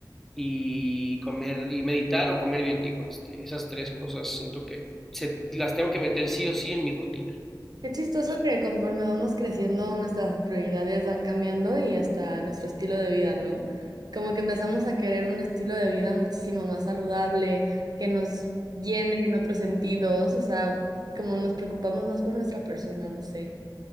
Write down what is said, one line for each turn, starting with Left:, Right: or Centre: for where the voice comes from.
Centre: y comer y meditar o comer bien, digo, este, esas tres cosas siento que se, las tengo que meter sí o sí en mi rutina.
Right: Qué chistoso que conforme vamos creciendo, nuestras prioridades van cambiando y hasta nuestro estilo de vida, ¿no? Como que empezamos a querer un estilo de vida muchísimo más saludable, que nos llene en otros sentidos, o sea, como nos preocupamos más por nuestra persona, no sé.